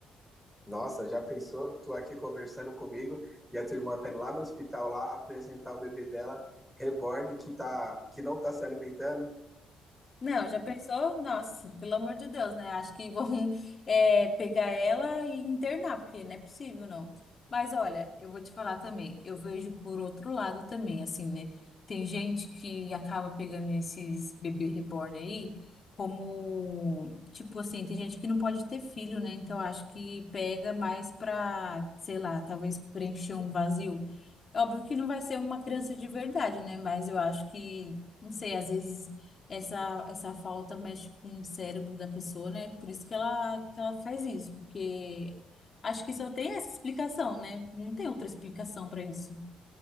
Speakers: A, in the centre; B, on the left.
A: Nossa, já pensou? Tu aqui conversando comigo e a tua irmã tá indo lá no hospital lá apresentar o bebê dela, reborn, que, tá, que não tá se alimentando,
B: Não, já pensou? Nossa, pelo amor de Deus, né? Acho que vão <laughs> eh, pegar ela e internar, porque não é possível, não. Mas olha, eu vou te falar também, eu vejo por outro lado também, assim, né? Tem gente que acaba pegando esses bebê reborn aí como, tipo assim, tem gente que não pode ter filho, né? Então acho que pega mais pra, sei lá, talvez preencher um vazio. É Óbvio que não vai ser uma criança de verdade, né? Mas eu acho que, não sei, às vezes essa, essa falta mexe com o cérebro da pessoa, né? Por isso que ela, que ela faz isso, porque acho que só tem essa explicação, né? Não tem outra explicação para isso.